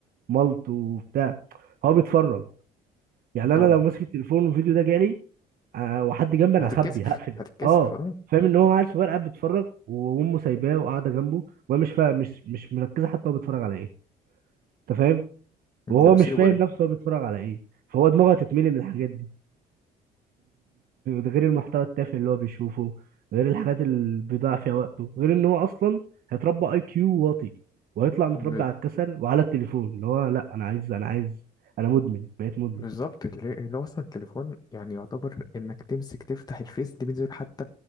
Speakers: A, on the right (about 60°); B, on the left (about 25°).
A: ملط وبتاع هو بيتفرج يعني انا
B: اه
A: لو ماسك التليفون والفيديو ده جالي آه، وحد جنبي انا
B: هتتكسف
A: هخبي هقفل
B: هتتكسف
A: اه
B: اه
A: فاهم ان هو عيل صغير قاعد بيتفرج وامه سايباه وقاعده جنبه وهي مش فاهم مش مش مركزه حتى هو بيتفرج على ايه انت فاهم
B: المصيبه
A: وهو مش فاهم
B: دي
A: نفسه هو بيتفرج على ايه فهو دماغه هتتملي من الحاجات دي غير المحتوى التافه اللي هو بيشوفه غير الحاجات اللي بيضيع فيها وقته غير ان هو اصلا هيتربى اي كيو واطي وهيطلع متربي
B: ب...
A: على الكسل وعلى التليفون اللي هو لا انا عايز انا عايز انا مدمن بقيت مدمن
B: بالظبط اللي اللي هو اصلا التليفون يعني يعتبر انك تمسك تفتح الفيس دي بنزل حتى